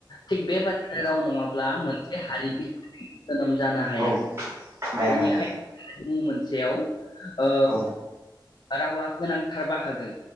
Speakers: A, on the left; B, on the right.
A: थिग बेबादिनो राव नङाब्ला मोनसे हारिनि थाखाय जोनोम जानो हाया
B: औ हाया
A: बेनिखायनो
B: हाया
A: मुं मोनसेयाव ओ
B: औ
A: रावा गोनांथार बाहागो